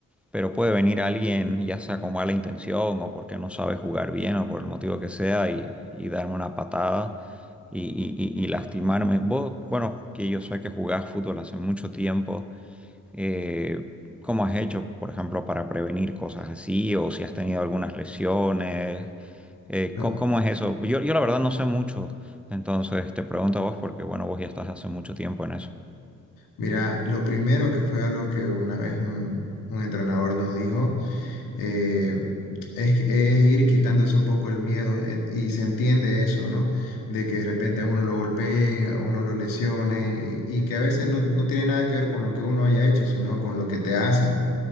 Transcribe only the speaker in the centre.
pero puede venir alguien, ya sea con mala intención o porque no sabe jugar bien o por el motivo que sea, y, y darme una patada y, y- y- y lastimarme. Vos, bueno, que yo sé que jugás fútbol hace mucho tiempo, eh, ¿cómo has hecho, por ejemplo, para prevenir cosas así? ¿O si has tenido algunas lesiones? Eh,
¿cómo, cómo es eso? Yo, yo la verdad no sé mucho, entonces te pregunto a vos porque, bueno, vos ya estás hace mucho tiempo en eso.